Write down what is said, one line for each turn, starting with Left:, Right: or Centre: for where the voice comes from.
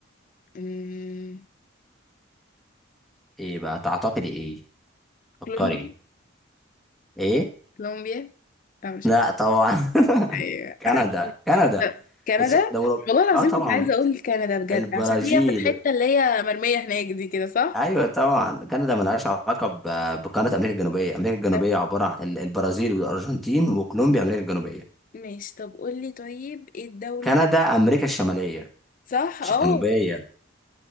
Left: أمم،
Centre: ايه بقى تعتقدي ايه فكري
Left: كولومبيا
Centre: ايه
Left: كولومبيا لا مش
Centre: لا
Left: عارفة
Centre: طبعا
Left: ايوه
Centre: <laughs> كندا
Left: عارفة.
Centre: كندا
Left: طب، كندا
Centre: بس ده أوروب-
Left: والله العظيم
Centre: اه طبعا
Left: كنت عايزة اقول كندا بجد
Centre: البرازيل
Left: عشان هي في الحتة اللي هي مرمية هناك دي كده صح؟
Centre: ايوه طبعا كندا ملهاش علاقه ب- بقاره امريكا الجنوبيه امريكا الجنوبيه
Left: طب
Centre: عباره عن ال- البرازيل والارجنتين وكولومبيا امريكا الجنوبيه
Left: ماشي طب قولي طيب ايه الدولة
Centre: كندا امريكا الشماليه
Left: صح
Centre: مش
Left: اه
Centre: الجنوبيه